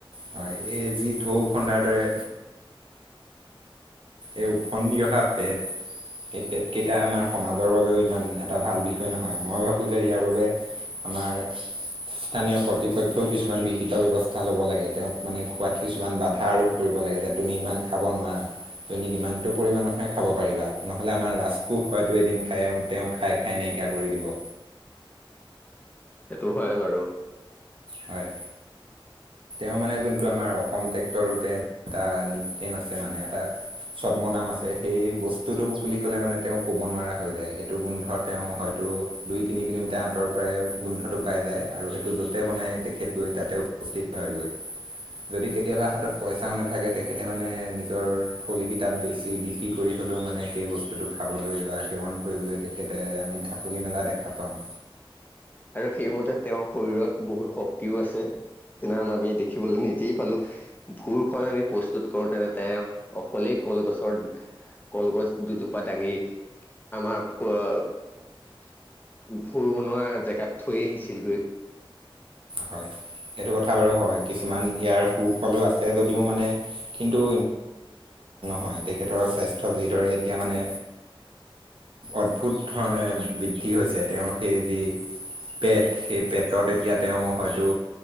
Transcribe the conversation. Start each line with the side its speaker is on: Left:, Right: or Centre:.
Right: হয় এই যি ঢৌ ফাডা দৰে। এই ফন্দি অহা পেট। এই পেট কেইটা আমাৰ সমাজৰ বাবেও ইমান এটা ভাল বিষয় নহয়, মই ভাবো ইয়াৰ বাবে আমাৰ। <unintelligible> স্থানীয় কৰ্তৃপক্ষইও কিছুমান বিহিত ব্যৱস্থা লব লাগে, তেওঁক মানে খোৱাত কিছুমান বাধা আৰোপ কৰিব। <unintelligible> লাগে যে তুমি ইমান খাব নোৱাৰা। তুমি কিমানটো পৰিমাণ নহয় খাব পাৰিবা, নহলে আমাৰ ৰাজকোহ হয়তো এদিন খাই তেওঁ খাই খাই ন <unintelligible> নিকা কৰি দিব
Left: সেইটো হয় বাৰু
Right: হয় তেওঁ মানে যোনটো আমাৰ অসম ট্ৰেক্টৰ ৰূপে এটা নিক নেম আছে মানে এটা চদ্মনাম আছে সেই বস্তুতটো বুলি ক'লে মানে তেওঁ ক'ব নোৱাৰা হৈ যায় সেইটো গোন্ধ তেওঁ হয়তো দুই তিনি কিলোমিটাৰ আঁতৰ পৰাই গোন্ধটো পাই যায় আৰু সেইটো য'তে বনাই। তেখেত গৈ তাতে উপস্থিত হয়গৈ। যদি কেতিয়াবা হাতত পইচাও নাথাকে তেখেতে মানে নিজৰ ফলি কিতাপ বেছি বিক্ৰী কৰি হ'লেও- মানে সেই বস্তুটো খাবলৈ বা সেৱন কৰিবলৈ তেখেতে আমি ঢাপলি মেলা দেখা পাওঁ।
Left: আৰু সেইমতে তেওঁৰ শৰীৰত বহুত শক্তিও আছে। সেইদিখন আমি দেখিবলৈ নিজেই পালো ভুলখন আমি প্ৰস্তুত কৰো তেনে তে অকলেই কলগছৰ কলগছ দুজোপা দাঙি আমাৰ ফুৰ বনোৱা যে। <unintelligible> থৈ আহিছিল গৈ
Right: হয় সেইটো কথা বাৰু হয় কিছুমান ইয়াৰ হয় তেখেতৰৰ স্বাস্থ্য যিদৰে এতিয়া মানে অদ্ভুত ধৰণে বৃদ্ধি হৈছে তেওঁৰ সেই যি। পেট সেই পেটত এতিয়া তেওঁ হয়তো